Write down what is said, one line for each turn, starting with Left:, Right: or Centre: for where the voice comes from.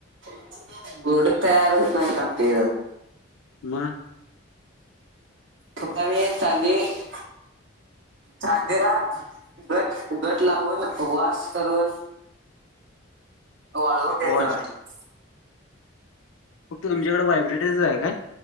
Right: <unintelligible>
Left: म..
Right: <unintelligible> चांदेला गट गट लावून वास करून. वळवून देतो
Left: वॉश
Right: <unintelligible>
Left: ओके तुमच्याकडे व्हायब्रेट चं हाय काय?